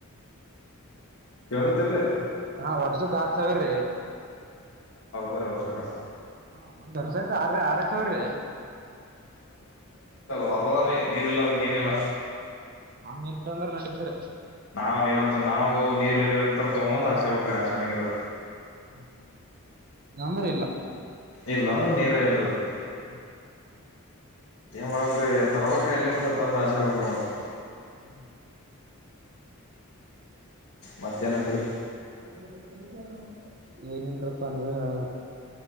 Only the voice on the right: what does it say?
ಹಾ ವರ್ಷಕ್ ಆರ್ ಸಾವಿರ ರೀ
ಹ ಬರ್ಸತ್ ಆರ ಆರ ಸಾವಿರ ರೀ
ಹ ಎತ್ತದ್ರೆ ನೆಡಿತೆತ್ರಿ
ಹ್ಮ್ ತಂದ್ರೆ ಇಲ್ಲ
ಹ್ಮ
ಹ್ಮ್
<inaudible> ಏನಿಳ್ರಪ್ಪ ನೀವೆ ಹೇಳಬೇಕ್